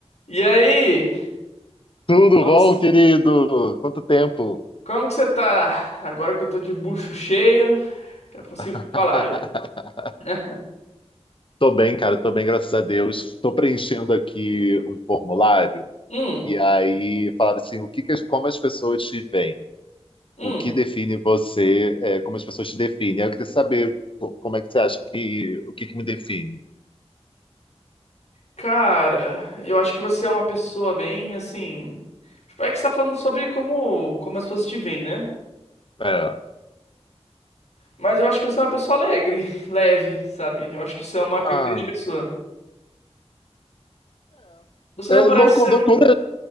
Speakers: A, on the left; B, on the left.
A: E aí?
B: Tudo
A: Como
B: bom,
A: que você
B: querido? Quanto tempo?
A: como que você tá? Agora que eu tô de bucho cheio, já consigo
B: <laughs>
A: falar. <laughs> né?
B: Tô bem, cara, tô bem, graças a Deus. Tô preenchendo aqui um formulário
A: Hum,
B: e aí falaram assim, o que que as- como as pessoas te veem?
A: hum.
B: O que define você, é, como as pessoas te definem? Aí Eu queria saber pô, como é que você acha que, o que que me define?
A: Cara, eu acho que você é uma pessoa bem assim. Tipo, é que você tá falando sobre como, como as pessoas te veem, né?
B: É.
A: Mas eu acho que você é uma pessoa alegre, <laughs> leve, sabe? Eu acho que isso é uma característica
B: Ah,
A: sua. Você não
B: é,
A: parece
B: é louco-
A: ser
B: loucura.
A: uma.